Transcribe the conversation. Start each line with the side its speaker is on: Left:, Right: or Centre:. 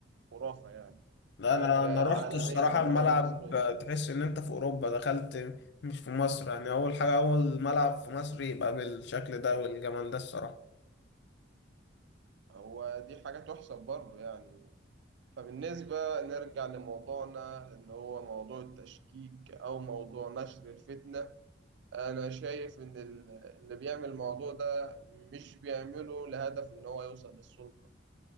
Right: خرافة يعني
Left: لا
Right: حاجة
Left: انا انا رحت
Right: عالمية
Left: الصراحة
Right: على
Left: الملعب
Right: أراضي مصرية
Left: تحس ان انت في اوروبا دخلت مش في مصر يعني اول حاجة اول ملعب في مصر يبقى بالشكل ده والجمال ده الصراحة
Right: هو دي حاجة تحسب برضه يعني فبالنسبة نرجع لموضوعنا إن هو موضوع التشكيك أو موضوع نشر الفتنة أنا شايف إن ال- اللي بيعمل الموضوع ده مش بيعمله لهدف إن هو يوصل للسلطة